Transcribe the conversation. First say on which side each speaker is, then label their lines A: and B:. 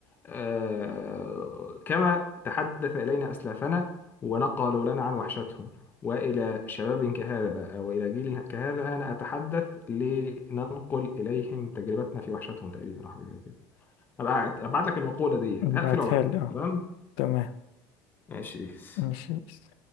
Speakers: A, on the left; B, on the left.
A: آه، كما تحدث إلينا أسلافنا ونقلوا لنا عن وحشتهم وإلى شباب كهذا أو إلى جيل كهذا أنا أتحدث لننقل إليهم تجربتنا في وحشتهم تقريبا أو حاجة زي كده أبقى أبعت لك المقولة دي
B: بعتها
A: هقفل وأبعتها
B: لي
A: لك.
B: اه
A: تمام
B: تمام
A: ماشي بيس
B: ماشي بس.